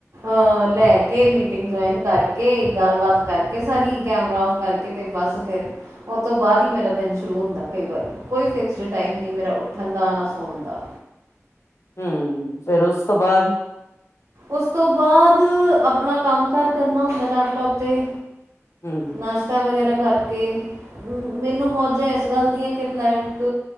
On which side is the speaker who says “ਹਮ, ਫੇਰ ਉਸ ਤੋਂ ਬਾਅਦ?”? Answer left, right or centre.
Left